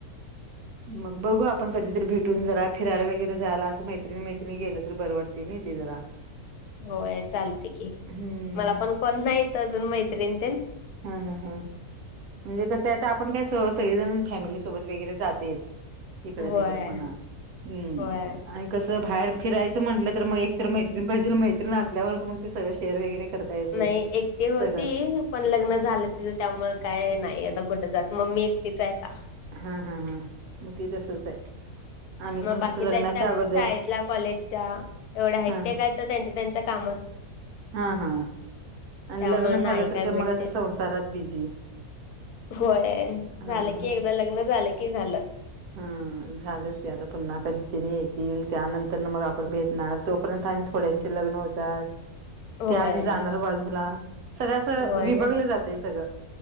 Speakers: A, on the right; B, on the left.
A: मग बघू आपण कधीतरी भेटून जरा फिरायला वगैरे जायला असं मैत्रिणी मैत्रणी गेलं तर बरवडते नाही ते जरा.
B: होय चालते की
A: हम्म
B: मला पण कोण्हा येतं अजून मैत्रिण ते
A: हा हा हा म्हणजे कसं आहेता आपण काय स सगळेजण फॅमिली सोबत वगैरे जातेच. इकडं
B: होय
A: तिकडं मणा हम्
B: होय
A: आणि कसं बाहेर फिरायचं म्हटलं तर मग एक तर मैत्रीण पाहिजे मैत्रीण असल्यावरच मग ते सगं शेअर वगैरे करता येते
B: नाही एकटी होती
A: सगळं
B: पण लग्न झालं ति त्यामुळे काय नाही आता कुठे जात मम्मी एक तिथ आहेता.
A: हा हा हा मोती तर सस आहे. आम्ही
B: मग
A: पण
B: बाकीचा
A: कसं लग्नाच्या
B: आहेत त्या
A: अगोदर
B: शाळेतल्या कॉलेजच्या एवढ्या आहेत
A: हा
B: त्या
A: हा
B: का त्यां त्यांच्या कामात
A: हा हां आणि
B: त्यामुळे
A: लग्न झालं
B: नाही
A: तर
B: काय
A: का
B: भेटते
A: मग आता संसारात बिझी
B: होय
A: हा
B: झालं
A: हा
B: की एकदा लग्न झालं की झालं.
A: हम्म झालंच नाही आता पुन्हा कधी त्यांनी येतील त्यानंतर ना मग आपण भेट तोपर्यंत आणि थोड्यांचे लग्न होतात
B: होय
A: त्या आणि जाणार बाजूला सगळं असं
B: होय
A: विभगलं जाते सगळं